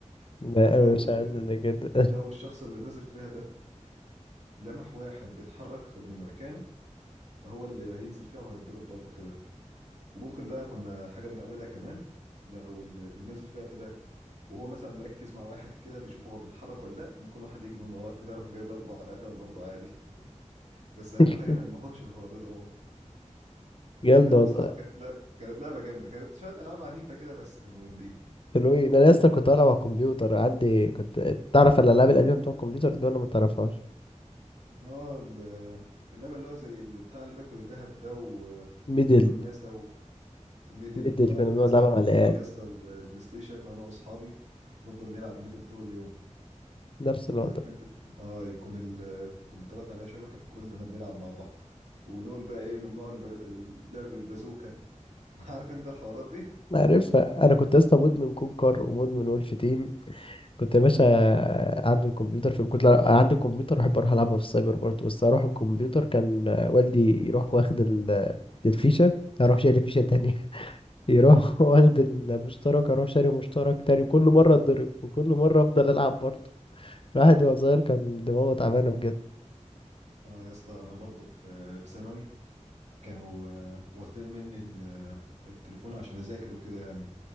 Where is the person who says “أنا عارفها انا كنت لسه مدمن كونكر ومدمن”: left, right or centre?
Left